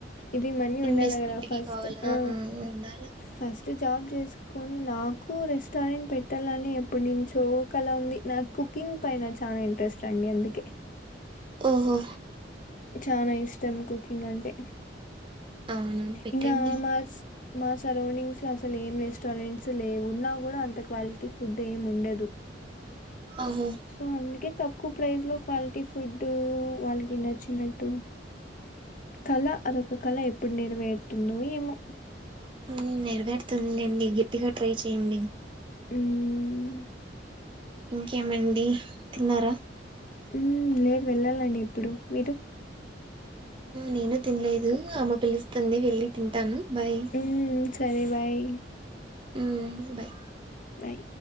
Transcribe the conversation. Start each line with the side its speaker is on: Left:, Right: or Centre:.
Left: ఇది మనీ
Right: ఇన్వెస్ట్మెంట్
Left: ఉండాలి కదా ఫస్ట్
Right: కి కావాలా
Left: ఆ
Right: ఉండాల
Left: ఫస్ట్ ఇటు జాబ్ చేసుకొని నాకు రెస్టారెంట్ పెట్టాలని ఎప్పనుంచో కలా ఉంది నాకు కుకింగ్ పైన చాలా ఇంట్రెస్ట్ అండి అందుకే
Right: ఓహో
Left: చనా ఇష్టం కుకింగ్ అంటే
Right: అవును పెట్టండి
Left: ఇంమ మా సరౌండింగ్స్ లో అసలు ఏం రెస్టారెంట్స్ లేవున్నా కూడా అంత క్వాలిటీ ఫుడ్ ఏమి ఉండదు
Right: ఓహో
Left: సో అందుకే తక్కు ప్రైస్ లో క్వాలిటీ ఫుడ్ వాళ్ళకి నచ్చినట్టు కళ అదొక కళ ఎప్పుడు నెరవేరుతుందో ఏమో
Right: ఉమ్, నెరవేరుతుందిలేండి గట్టిగా ట్రై చేయండి
Left: మ్మ్
Right: ఇంకేమండి తిన్నారా
Left: మ్మ్ లేదు వెళ్ళాలండి ఇప్పుడు మీరు
Right: నేను తినలేదు అమ్మ పిలి పిలుస్తుంది వెళ్ళి తింటాను బై
Left: హ్మ్ సరే బాయ్
Right: మ్మ్ బాయ్
Left: బాయ్